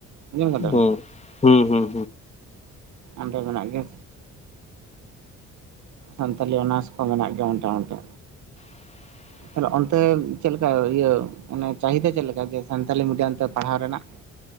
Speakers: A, on the right; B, on the left.
A: ᱟᱡᱚᱢ ᱫᱟᱵᱮᱱ
B: ᱦᱩᱸ ᱦᱩᱸ ᱦᱩᱸ
A: ᱚᱸᱰᱮ ᱢᱮᱱᱟᱜ ᱜᱮ ᱥᱟᱱᱛᱟᱞᱤ ᱛᱱᱟᱨᱥ ᱠᱚ ᱢᱮᱱᱟᱜ ᱜᱮ ᱚᱱᱴᱮ ᱚᱱᱴᱮ᱾
B: <unintelligible>
A: ᱛᱟᱦᱚᱞᱮ ᱚᱱᱛᱮ ᱪᱮᱫ ᱞᱮᱠᱟ ᱤᱭᱟᱹ ᱚᱱᱮ ᱪᱟᱦᱤᱫᱟ ᱪᱮᱫ ᱞᱮᱠᱟ ᱡᱮ ᱥᱟᱱᱛᱟᱞᱤ ᱢᱤᱰᱤᱭᱟᱢ ᱛᱮ ᱯᱟᱲᱦᱟᱣ ᱨᱮᱱᱟᱜ?